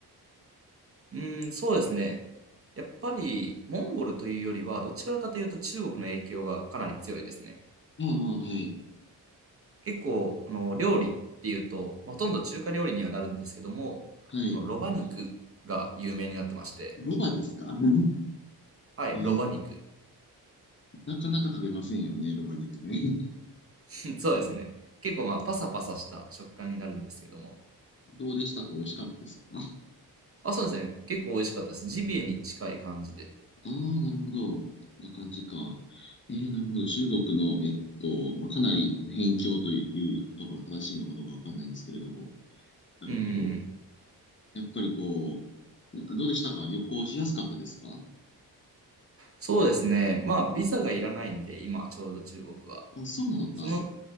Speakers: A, on the right; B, on the left.
A: うんうんそうですねやっぱりモンゴルというよりはどちらかというと中国の影響がかなり強いですね
B: ああ、はい。
A: 結構あの料理っていうとまあほとんど中華料理にはなるんですけどもこのロバ肉が有名になってまして
B: はい。ロバですか <laughs>
A: はいロバ肉
B: えーなかなか食べませんよね、ロバ肉ね。<laughs>
A: <laughs> そうですね結構まあパサパサした食感になるんですけども
B: どうでしたか美味しかったですか
A: あ、そうですね。結構美味しかったです。ジビエに近い感じで。
B: ああー、なるほど。こんな感じか。えー、なるほど。中国の、えっと、まあ、かなり辺境という言葉が正しいのかどうかわかんないんですけれども。なるほど。
A: うんうんうん。
B: やっぱりこう、などうでしたか旅行しやすかったですか
A: そうですね。まあ、ビザがいらないんで、今、ちょうど中国は。
B: あ、そうなのか。
A: その、